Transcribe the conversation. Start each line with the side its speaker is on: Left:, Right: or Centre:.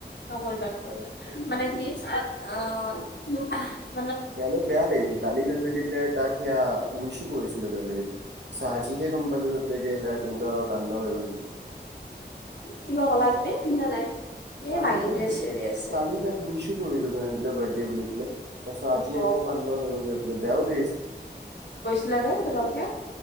Left: নকৰিবা নকৰিবা মানে কি আহ
Right: সেয়ালৈ বেয়া লাগিছিল কালি <unintelligible> তাক সেয়া উইচু কৰিছিল <unintelligible> আজি হে গম পালোঁ বাপেকে <unintelligible> তেনেকা কাণ্ড হৈ গ'ল বুলি।
Left: কিবা কলা তুমি শুনা নাই এ
Right: কালি
Left: ভাগিন
Right: তাক
Left: দি আছে। আছে
Right: কালি তাক উইছো কৰিলো <unintelligible> বাৰ্থডে বুলি পেলাই তাৰ পিছত আজি
Left: অহ
Right: আকৌ কাণ্ড হৈ গ'ল। বেয়াও লাগিছে
Left: গৈছিলা যে তোমালোকে।